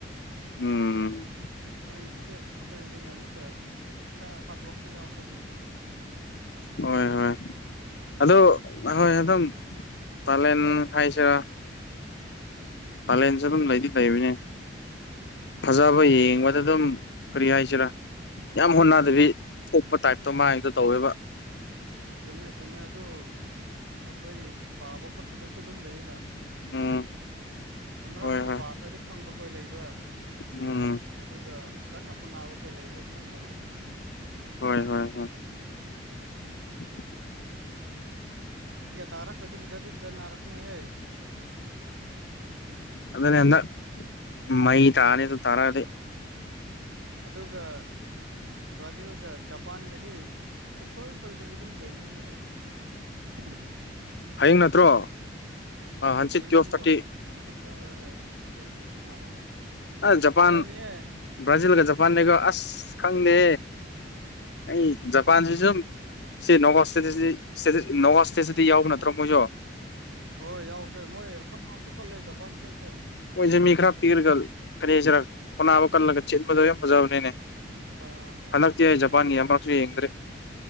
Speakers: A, on the left; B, on the right.
A: ꯎꯝ
B: ꯅꯣꯏꯒꯤꯗꯨꯗꯤ ꯑꯈꯣꯏ ꯗꯨꯅ ꯑꯃꯨꯛꯀ ꯈꯔ ꯍꯥꯔꯠ ꯋꯥꯔꯛꯇ ꯌꯥꯎꯈ꯭ꯔꯕꯅꯦ
A: ꯍꯣꯏ ꯍꯣꯏ ꯑꯗꯣ ꯍꯣꯏ ꯑꯗꯨꯝ ꯄꯥꯂꯦꯟ ꯍꯥꯏ ꯁꯤꯔ ꯄꯂꯦꯟꯁꯨ
B: ꯎꯝ
A: ꯑꯗꯨꯝ ꯂꯩꯗꯤ ꯂꯩꯕꯅꯦ ꯐꯖꯕ ꯌꯦꯡꯕꯗ ꯗꯨꯝ ꯀꯔꯤ ꯍꯥꯏꯁꯤꯔꯥ ꯌꯥꯝ ꯍꯣꯠꯅꯗꯕꯤ ꯊꯣꯛꯄ ꯇꯥꯏꯞꯇꯣ ꯃꯥꯏꯗ ꯇꯧꯋꯦꯕ
B: ꯆꯨꯝꯃꯦ ꯆꯨꯝꯃꯦ ꯑꯗꯨ ꯑꯈꯣꯏ ꯄꯥꯕ ꯈꯣꯠꯄꯗꯁꯨ ꯑꯗꯨꯝ ꯂꯩꯑꯦꯅ
A: ꯎꯝ
B: ꯑꯃꯔꯛ
A: ꯍꯣꯏ
B: ꯑꯗꯨꯝ
A: ꯍꯣꯏ
B: ꯄꯥꯈ꯭ꯔꯗꯤ ꯈꯪꯕ ꯈꯣꯏ ꯂꯩꯕ
A: ꯎꯝ
B: ꯑ ꯑꯗꯨꯒ ꯀꯟꯅ ꯍꯣꯠꯅꯕ ꯈꯣꯏ ꯂꯩꯕ ꯑꯗꯨꯃꯥꯏꯟ ꯇꯧꯋꯦꯕ
A: ꯍꯣꯏ ꯍꯣꯏ ꯍꯣꯏ <inaudible>
B: ꯇꯥꯔꯛꯇ꯭ꯔꯗꯤ ꯐꯖꯗꯤ ꯐꯖꯟ ꯅꯥꯔꯛꯅꯤ ꯍꯦ
A: ꯑꯗꯨꯅꯦ ꯍꯟꯗꯛ ꯃꯩ ꯇꯥꯅꯤꯗꯣ ꯇꯥꯔꯛꯑꯗꯤ
B: ꯎꯝ ꯑꯗꯨꯒ ꯕ꯭ꯔꯖꯤꯜꯒ ꯖꯄꯥꯟꯒꯗꯤ ꯁꯨꯛꯁꯣꯏ ꯁꯣꯏꯗꯕꯤ ꯗꯨꯝ ꯌꯦꯡꯅꯤꯡꯉꯛꯑꯦ
A: ꯍꯌꯦꯡ ꯅꯠꯇ꯭ꯔꯣ ꯍꯪꯆꯤꯠꯀꯤ
B: ꯍꯌꯦꯡꯗꯣ
A: ꯇ꯭ꯌꯦꯜꯞ ꯊꯥ꯭ꯔꯇꯤ
B: <unintelligible> ꯍꯪꯆꯤꯠ ꯃꯥꯜꯂꯦ ꯍꯣꯏ
A: ꯑ ꯖꯄꯥꯟ
B: ꯐꯖꯅꯤꯌꯦ
A: ꯕ꯭ꯔꯥꯖꯤꯜꯒ ꯖꯄꯥꯟꯅꯤꯀꯣ ꯑ꯭ꯁ ꯈꯪꯗꯦ ꯑꯩ ꯖꯄꯥꯟ <unintelligible> <unintelligible> ꯅꯋꯥꯁ ꯁ꯭ꯇꯦꯖꯇꯗꯤ ꯌꯥꯎꯕ ꯅꯠꯇ꯭ꯔꯣ ꯃꯣꯏꯖꯨ
B: ꯍꯣꯏ ꯌꯥꯎꯈ꯭ꯔꯦ ꯃꯣꯏ ꯍꯣꯠꯅꯕꯁꯨ ꯀꯜꯂꯦ ꯖꯄꯥꯟ ꯈꯣꯏꯁꯦ
A: ꯃꯣꯏꯁꯦ ꯃꯤ ꯈꯔ ꯄꯤꯛꯔꯒ ꯀꯔꯤ ꯍꯥꯏꯁꯤꯔ ꯍꯣꯠꯅꯕ ꯀꯜꯂꯒ ꯆꯦꯟꯕꯗꯣ ꯌꯥꯝ ꯐꯖꯕꯅꯤꯅꯦ
B: ꯍꯣ ꯍꯣꯏ ꯍꯣꯏ
A: ꯍꯟꯗꯛꯇꯤ
B: ꯄꯤꯛꯁꯨ
A: ꯑꯩ ꯖꯄꯥꯟꯒꯤ
B: ꯄꯤꯛꯄ
A: ꯑꯃꯨꯔꯛꯁꯨ ꯌꯦꯡꯗ꯭ꯔꯤ